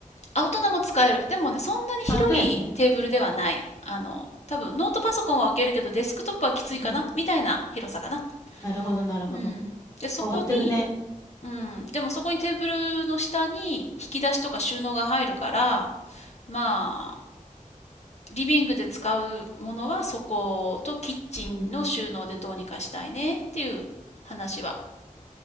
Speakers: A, on the left; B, on the left.
A: あ、大人も使える。でもね、そんなに広いテーブルではない。
B: あ、だよね。
A: あの、多分ノートパソコンは置けるけどデスクトップはきついかなみたいな広さかな。
B: うん。なるほどなるほど。
A: うん。で、そこに、
B: 変わってるね。
A: うん。でもそこにテーブルの下に引き出しとか収納が入るから、まあ、リビングで使うものはそことキッチンの収納でどうにかしたいねっていう話は
B: うん。